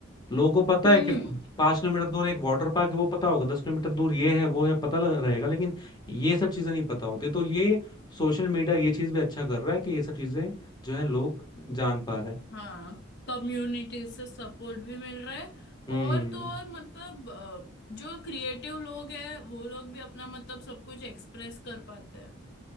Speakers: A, on the left (about 20°); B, on the left (about 55°).
A: लोगों को पता
B: हम्म
A: है कि पांच किलोमीटर दूर एक वाटर पार्क है वो पता होगा दस किलोमीटर दूर ये है वो है पता लग रहेगा लेकिन ये सब चीजें नहीं पता होती तो ये सोशल मीडिया ये चीज भी अच्छा कर रहा है कि ये सब चीजें जो है लोग जान पा रहे हैं
B: हाँ कम्युनिटी से सपोर्ट भी मिल रहा है
A: हम्म
B: और तो और मतलब अ, जो क्रिएटिव लोग हैं वो लोग भी अपना मतलब सब कुछ एक्सप्रेस कर पाते हैं